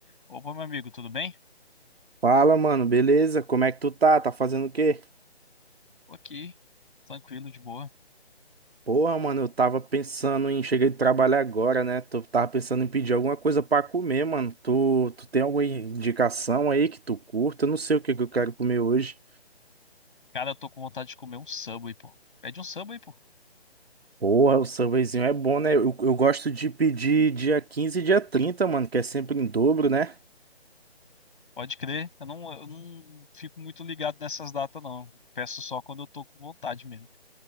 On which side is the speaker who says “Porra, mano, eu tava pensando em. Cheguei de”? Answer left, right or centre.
Right